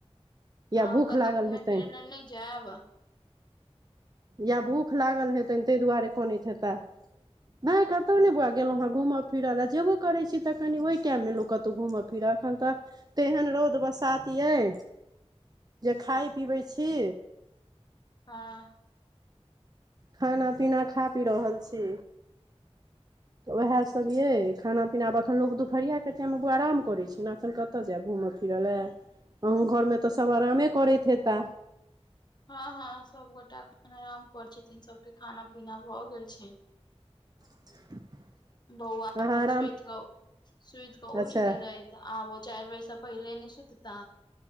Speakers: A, on the right; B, on the left.
A: या
B: आओर
A: भूख
B: कतहु
A: लागल
B: घूमय-फिरय
A: हेतनि
B: लेल नहि जायब?
A: या भूख लागल हेतनि, ताहि दुआरे कनैत हेताह। नहि क- कतहु नहि बौआ गेलहुँ हेँ घूमय-फिरय लए। जयबो करैत छी, तऽ कनि ओहि टाइममे लोक कतहु घूमय-फिरय। एखन तऽ तेहन रौद-बसात अइ जे खाइत-पीबैत छी
B: हँ
A: खाना-पीना खा-पी रहल छी। तऽ उएहसभ अइ। खाना-पीना आब एखन लोक दुपहरियाके टाइममे बौआ आराम करैत छै ने। एखन कत कतय जायब घूमय-फिरय लए। अहूँ घरमे तऽ सभ आरामे करैत हेताह?
B: हँ हँ, सभगोटा एखन आराम करैत छथिन। सबके खाना-पीना भऽ गेल छनि।
A: <inaudible>
B: बौआ अपन
A: अहाँ आराम
B: सूति कऽ सूति कऽ उठि
A: अच्छा
B: गेलै। तऽ आब ओ चारि बजेसँ पहिले नहि सुतता